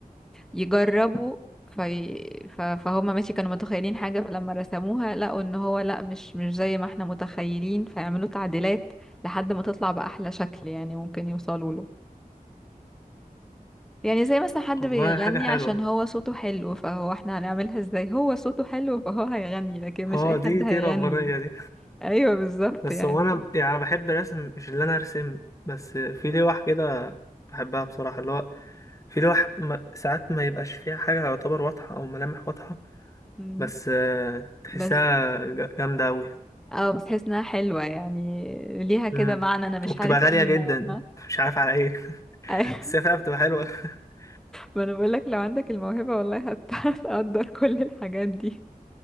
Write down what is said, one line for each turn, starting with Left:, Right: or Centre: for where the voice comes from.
Centre: يجربوا في ف... فهم ماشي كانوا متخيلين حاجة فلما رسموها لقوا ان هو لا مش مش زي ما احنا متخيلين فيعملوا تعديلات لحد ما تطلع بأحلى شكل يعني ممكن يوصلوا له يعني زي مثلا حد
Left: والله
Centre: بيغني
Left: حاجه حلوه
Centre: عشان هو صوته حلو فهو احنا هنعملها ازاي هو صوته حلو فهو هيغني لكن مش
Left: اه
Centre: اي حد
Left: دي
Centre: هيغني
Left: دي ربانيه دي
Centre: ايوه بالظبط
Left: بس
Centre: يعني
Left: هو انا يعني بحب الرسم مش اللي انا ارسم بس في لوح كده بحبها بصراحه اللي هو في لوح ما- ساعات ما يبقاش فيها حاجه يعتبر واضحه او ملامح واضحه
Centre: مم.
Left: بس آه، تحسها
Centre: بس
Left: ج- جامدة أوي
Centre: اه بس حاسس انها حلوة يعني ليها كده
Left: مم.
Centre: معنى انا مش
Left: وبتبقى
Centre: عارف
Left: غالية
Centre: ايه المعنى
Left: جدا مش عارف على ايه
Centre: <laughs>
Left: <laughs> بس هي فعلا بتبقى حلوة <laughs>
Centre: ما انا بقول لك لو عندك الموهبة والله هت- <laughs> هتقدر كل الحاجات دي